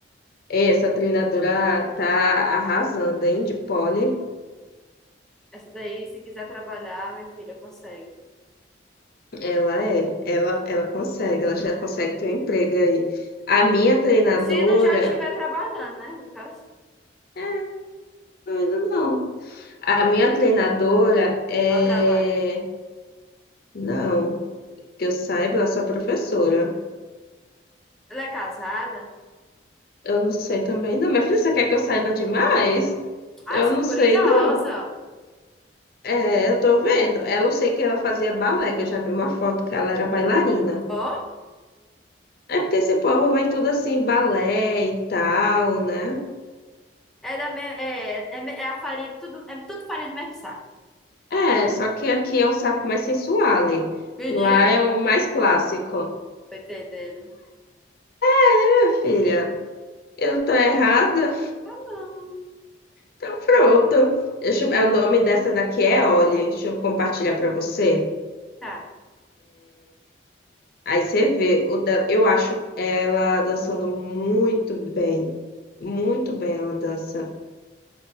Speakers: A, on the left; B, in the centre.
A: É, Essa treinadora tá arrasando, hein? De pole,
B: Essa daí, se quiser trabalhar, minha filha consegue.
A: ela é, ela, ela consegue, ela já consegue ter um emprego aí. A minha treinadora,
B: Se não já estiver trabalhando, né? No caso.
A: é, não, não, A minha treinadora é,
B: Ela trabalha.
A: não, que eu saiba, ela é só professora.
B: Ela é casada?
A: Eu não sei também, não. Minha filha, você quer que eu saiba demais?
B: Ai,
A: Eu
B: sou
A: não
B: curiosa.
A: sei, não. É, eu tô vendo. Ela, eu sei que ela fazia balé, que eu já vi uma foto que ela era bailarina.
B: Ó,
A: É porque esse povo vai tudo assim, balé e tal, né?
B: é da me... é, é, é a farinha, tudo, é tudo farinha do mesmo saco.
A: É, só que aqui é um saco mais sensual.
B: Menino,
A: Lá é o mais clássico.
B: tô entendendo.
A: É, filha, eu tô errada?
B: Tá bom.
A: Então pronto. Deixa eu- é, o nome dessa daqui é Olha. Deixa eu compartilhar pra você.
B: Tá.
A: Aí você vê. O da- eu acho ela dançando muito bem. Muito bem ela dança.